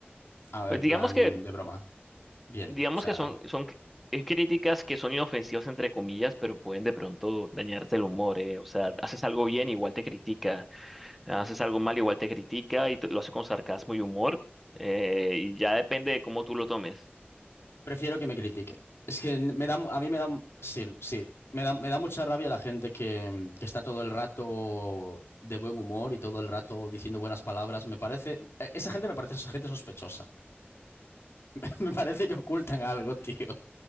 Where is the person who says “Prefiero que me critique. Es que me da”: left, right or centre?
Left